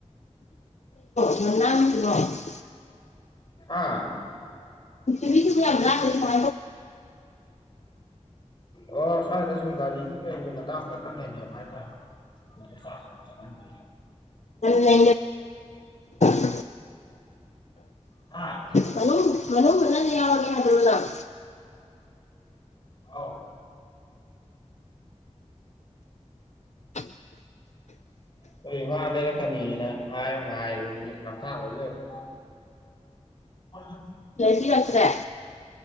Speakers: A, on the left; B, on the left.
A: ꯅꯅꯥꯝ ꯀꯃꯣ <unintelligible>
B: ꯑꯥ
A: ꯁꯨ <unintelligible>
B: ꯎ <inaudible> ꯑꯣ ꯁ꯭ꯋꯥꯏꯗꯁꯨ ꯒꯥꯔꯤꯒꯤ ꯀꯩꯒꯤ ꯃꯇꯥꯡꯗ ꯈꯟꯅ ꯅꯩꯅꯕ ꯍꯥꯏꯇꯥꯔꯦ ꯐꯣꯟ ꯁꯦ ꯆꯥꯔꯖꯁ ꯑꯃꯨꯛ ꯆꯪꯂꯝꯗꯔ꯭ꯦ
A: ꯅꯦ <unintelligible>
B: ꯑ
A: ꯃꯅꯨꯡ ꯃꯅꯨꯡꯍꯨꯠꯅꯗ ꯌꯥꯎꯔꯒꯦ ꯍꯥꯏꯕꯔꯣ ꯅꯪ
B: ꯑꯥꯎ
A: <inaudible>
B: ꯍꯣꯏ ꯉꯥ ꯂꯩꯔꯛꯀꯅꯤꯅ ꯍꯥꯏꯔꯒ ꯉꯥꯏꯔꯨꯅꯦ ꯅꯝꯊꯥꯡ ꯂꯣꯏ ꯂꯩꯔꯝꯃꯦ ꯑꯣ <unintelligible>
A: ꯂꯩꯕꯤꯔꯛꯇꯔꯦ